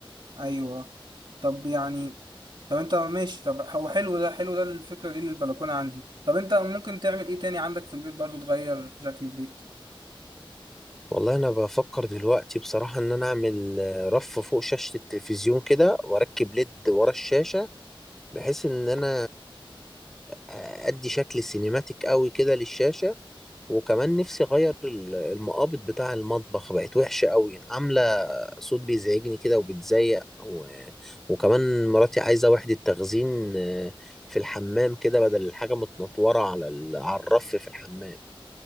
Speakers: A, on the right; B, in the centre.
A: ايوه طب يعني طب انت ماشي طب هو حلو ده حلو ده الفكرة دي للبلكونة عندي طب انت ممكن تعمل ايه تاني عندك في البيت برضو تغير في شكل البيت
B: والله انا بفكر دلوقتي بصراحة ان انا اعمل آه، رف فوق شاشة التلفزيون كده واركب ليد ورا الشاشة بحيث ان انا آه، ادي شكل سينماتيك قوي كده للشاشة وكمان نفسي اغير ال- المقابض بتاع المطبخ بقت وحشه قوي عامله صوت بيزعجني كده وبتزيق و... وكمان مراتي عايزه وحده تخزين آه، في الحمام كده بدل الحاجه متنطوره على ال... على الرف في الحمام